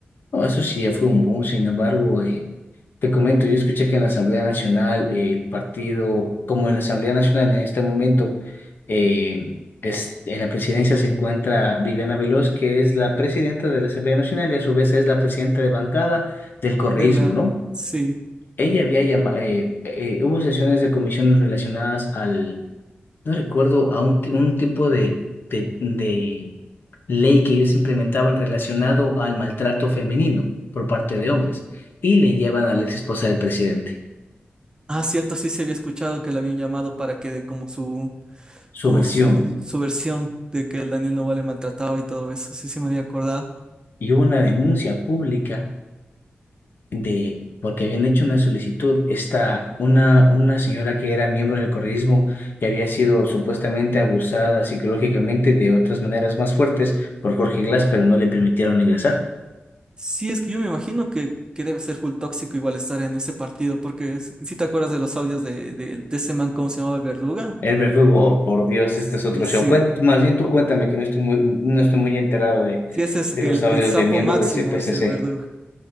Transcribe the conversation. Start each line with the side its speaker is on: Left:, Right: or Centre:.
Left: No, eso sí ya fue un boom, sin embargo, eh, te comento, yo escuché que en la Asamblea Nacional, eh, el partido, como en la Asamblea Nacional en este momento, eh, es, en la presidencia se encuentra Viviana Veloz, que es la presidenta de la Asamblea Nacional y a su vez es la presidenta de bancada del correísmo,
Right: De la...
Left: ¿no?
Right: Sí.
Left: Ella había llamado, hubo sesiones de comisiones relacionadas al No recuerdo a un, ti- un tipo de, de, de ley que ellos implementaban relacionado al maltrato femenino por parte de hombres y le llevan a la ex esposa del presidente
Right: Ah, cierto, sí se había escuchado que la habían llamado para que dé como su,
Left: su
Right: como
Left: versión
Right: su, su versión de que el Daniel Novoa le maltrataba y todo eso. Sí, sí me había acordado.
Left: y hubo una denuncia pública de porque habían hecho una solicitud esta una una señora que era miembro del correísmo y había sido supuestamente abusada psicológicamente de otras maneras más fuertes por Jorge Glass pero no le permitieron ingresar
Right: Sí, es que yo me imagino que, que debe ser full tóxico igual estar en ese partido, porque si te acuerdas de los audios de, de, de ese man, ¿cómo se llamaba el verduga?
Left: El verdugo, oh, por Dios,
Right: Sí,
Left: este es otro
Right: sí,
Left: show. Cuen- más bien tú cuéntame que no estoy muy, no estoy muy enterado de,
Right: Sí, ese es
Left: de
Right: el,
Left: los audios
Right: el sapo
Left: del miembro
Right: máximo,
Left: del CPCC.
Right: es el verdugo.